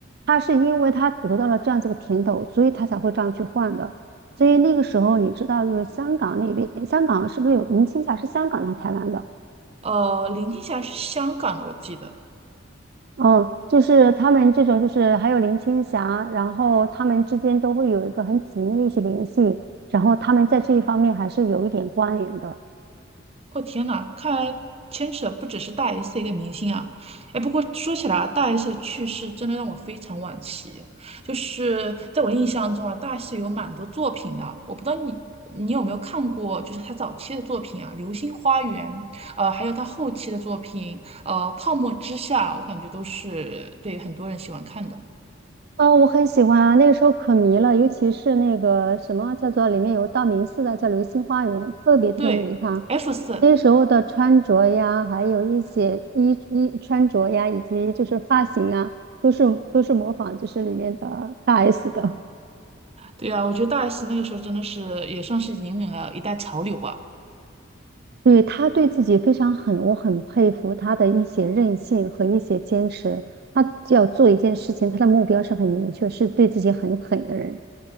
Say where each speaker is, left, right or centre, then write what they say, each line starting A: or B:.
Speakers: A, on the right; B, on the right.
A: 他是因为他得到了这样子的甜头，所以他才会这样去换的。所以那个时候你知道，就是香港那边，香港是不是有银青霞？是香港来台湾的？
B: 呃，林青霞是香港的，我记得。
A: 哦，就是他们这种，就是还有林青霞，然后他们之间都会有一个很紧密的一些联系，然后他们在这一方面还是有一点关联的。
B: 哦天呐，看来牵扯不只是大 S 的一个明星啊。哎，不过说起来啊，大 S 的去世真的让我非常惋惜。就是在我印象中啊，大 S 有蛮多作品的，我不知道你你有没有看过，就是她早期的作品啊，《流星花园》，呃，还有她后期的作品，呃，《泡沫之夏》，我感觉都是对很多人喜欢看的。
A: 啊，我很喜欢啊，那个时候可迷了，尤其是那个什么叫做里面有道明寺的叫流星花园，特别特别迷他。
B: 对，F 四
A: 那时候的穿着呀，还有一些衣衣穿着呀，以及就是发型啊，都是都是模仿就是里面的大 S 的。
B: 对啊，我觉得大 S 那个时候真的是也算是引领了一代潮流吧。
A: 对，他对自己非常狠，我很佩服他的一些韧性和一些坚持。他要做一件事情，他的目标是很明确，是对自己很狠的人。